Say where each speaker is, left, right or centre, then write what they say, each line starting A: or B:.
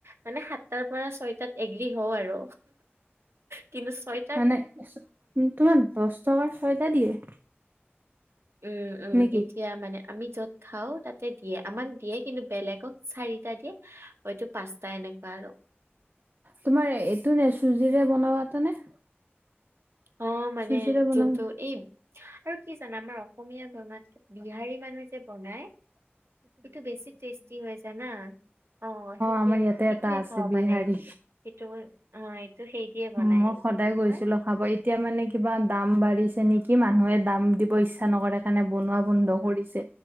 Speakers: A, on the right; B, on the right.
A: মানে সাত তাৰ পৰা ছয়টাত এগ্ৰী হও আৰু, কিন্তু ছয়
B: মানে, তোমাৰ দহ টকাৰ ছয়টা দিয়ে?
A: উম উম
B: নেকি
A: ই এয়া মানে আমি য'ত খাওঁ তাতে দিয়ে আমাক দিয়ে কিন্তু বেলেগক চাৰিটা দিয়ে। হয়তটো পাঁচটা এনেকুৱা আৰু।
B: তোমাৰ এইটো নে চুজিৰে বনোৱা এটা নে?
A: অ মানে
B: চুজিৰে বনোৱা
A: যোনতু এই- আৰু কি জানা আমাৰ অসমীয়া বনাত বিহাৰী মানুহে যে বনায়, এইটো বেছি টেষ্টি হৈ জানা। অ সেইটোয়ে
B: আমাৰ ইয়াতে
A: সেইটোৱে
B: এটা আছে
A: খাওঁ
B: বিহাৰী
A: মানে সেইটো অ এইটো সেই, দিয়ে বনাই
B: উম মই
A: এইটো
B: সদায়
A: কি
B: গৈছিলো
A: কয়
B: খাবয়ে, এতিয়া মানে কিবা দাম বাঢ়িছে নেকি মানুহে দাম দিব ইচ্ছা নকৰে সকাৰণে বনোৱা বন্ধ কৰিছে।